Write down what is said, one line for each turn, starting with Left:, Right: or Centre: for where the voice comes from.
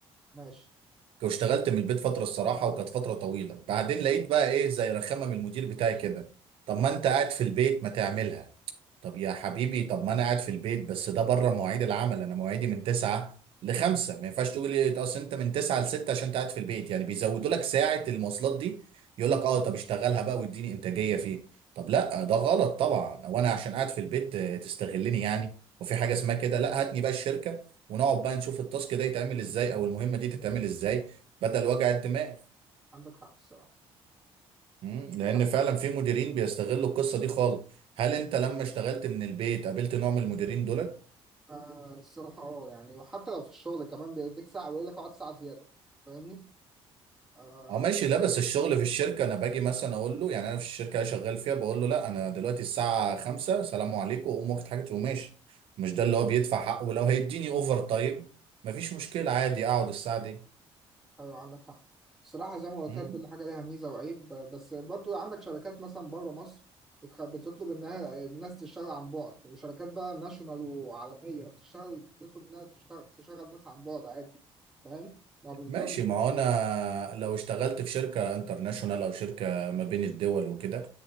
Centre: ماشي
Right: واشتغلت من البيت فتره الصراحه وكانت فتره طويله بعدين لقيت بقى ايه زي رخامه من المدير بتاعي كده طب ما انت قاعد في البيت ما تعملها طب يا حبيبي طب ما انا قاعد في البيت بس ده بره مواعيد العمل انا مواعيدي من 9 ل 5 ما ينفعش تقول لي اصل انت من 9 ل 6 عشان انت قاعد في البيت يعني بيزودوا لك ساعة المواصلات دي يقول لك اه طب اشتغلها بقى واديني انتاجية فيه طب لا ده غلط طبعا وانا عشان قاعد في البيت آه، تستغلني يعني وفي حاجة اسمها كده لا هاتني بقى الشركة ونقعد بقى نشوف التاسك ده يتعمل ازاي او المهمة دي تتعمل ازاي بدل وجع الدماغ
Centre: عندك حق الصراحة
Right: مم،
Centre: عندك
Right: لان
Centre: حق.
Right: فعلا في مديرين بيستغلوا القصة دي خالص هل انت لما اشتغلت من البيت قابلت نوع من المديرين دول
Centre: آه الصراحة اه يعني وحتى لو في الشغل كمان بيديك ساعة بيقول لك اقعد ساعة زيادة فاهمني؟ آه
Right: اه ماشي لا بس الشغل في الشركة انا باجي مثلا اقول له يعني انا في الشركة اللي شغال فيها بقول له لا انا دلوقتي الساعة 5 سلام عليكم واقوم واخد حاجتي وماشي مش ده اللي هو بيدفع حقه ولو هيديني اوفر تايم مفيش مشكلة عادي اقعد الساعة دي
Centre: ايوه عندك حق الصراحة زي ما قلت
Right: مم.
Centre: لك كل حاجة ليها ميزة وعيب آه، بس برضو عندك شركات مثلا بره مصر بتخ- بتطلب انها الناس تشتغل عن بعد وشركات بقى ناشونال وعالمية بتشتغل بتطلب انها تشتغل تشغل ناس عن بعد عادي فاهم؟ ما بيضطرش
Right: ماشي ما هو انا لو اشتغلت في شركة انترناشونال او شركة ما بين الدول وكده